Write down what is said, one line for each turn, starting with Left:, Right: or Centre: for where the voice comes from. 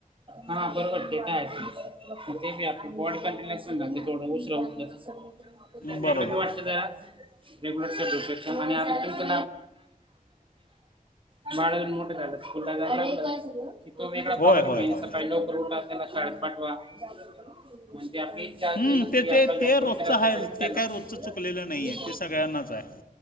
Right: हा बरोबर ते काय गं ते बी आपली बॉडी पण रिलॅक्स होऊन जाते थोडं उशीरा उठलं तर. नाही
Left: बरोबर
Right: तिकडे बी वाट शे जरा. रेग्युलर. <unintelligible> वाडन मोठं झाला असेल. <unintelligible> तो वेगळा प्रॉब्लेम
Left: होय होय
Right: आहे
Left: होय
Right: सकाळी लवकर उठा त्याला शाळेत पाठवा म्हणजे आपली चार्जिंग
Left: हम्म,
Right: असली
Left: ते
Right: आपलं
Left: ते ते रोजचं
Right: <unintelligible>
Left: आहे
Right: त्यांला.
Left: ते काय रोजचं चुकलेलं नाही
Right: आणि.
Left: आहे ते सगळ्यांनाच आहे